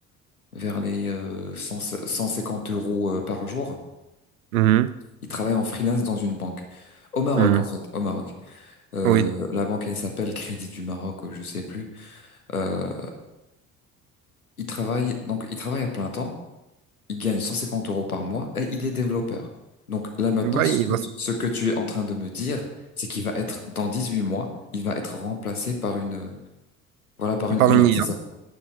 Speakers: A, on the left; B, on the right.
A: vers les euh, 100 150 euros euh, par jour.
B: Mhm.
A: Il travaille en freelance dans une banque. Au Maroc,
B: Mhm.
A: en fait, au Maroc. Euh,
B: Oui.
A: la banque, elle s'appelle Crédit du Maroc, euh, je sais plus. Euh, il travaille donc il travaille à plein temps, il gagne 150 euros par mois et il est développeur. Donc là maintenant,
B: Bah,
A: ce
B: il va,
A: que, ce que tu es en train de me dire, c'est qu'il va être dans 18 mois, il va être remplacé par une euh, voilà par une
B: Par
A: IA,
B: une IA,
A: c'est ça.